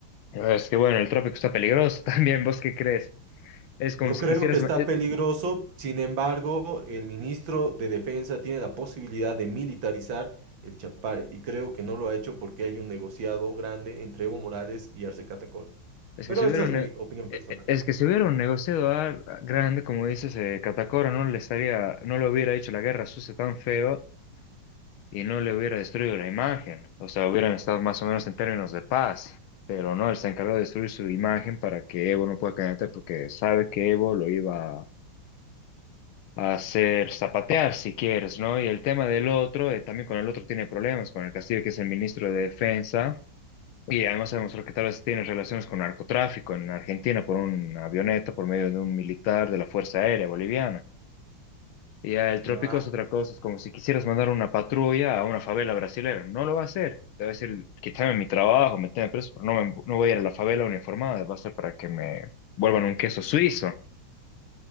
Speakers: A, on the left (about 80°); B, on the right (about 70°).
A: Es que bueno, el trópico está peligroso <laughs> también, ¿vos qué crees? Es
B: Yo
A: como si
B: creo
A: quisieras,
B: que está
A: es,
B: peligroso, sin embargo, el ministro de Defensa tiene la posibilidad de militarizar el Chapare y creo que no lo ha hecho porque hay un negociado grande entre Evo Morales y Arce Catacol.
A: es
B: Pero
A: que si hubiera
B: esa
A: un,
B: es mi
A: ne-
B: opinión
A: e-
B: personal.
A: es que si hubiera un negociador grande, como dices, eh, Catacora no le estaría, no le hubiera hecho la guerra sucia tan feo y no le hubiera destruido la imagen. O sea, hubieran estado más o menos en términos de paz, pero no, él se encargó de destruir su imagen para que Evo no pueda candidatar porque sabe que Evo lo iba hacer zapatear si quieres, ¿no? Y el tema del otro, eh, también con el otro tiene problemas, con el Castillo, que es el ministro de Defensa, y además se demostró que tal vez tiene relaciones con narcotráfico en Argentina por una avioneta, por medio de un militar de la Fuerza Aérea Boliviana. Y ya el
B: Ya.
A: trópico es otra cosa, es como si quisieras mandar una patrulla a una favela brasileña, no lo va a hacer. Te va a decir, quítame mi trabajo, meteme preso, pero no, me- no voy a ir a la favela uniformada, va a ser para que me vuelvan un queso suizo,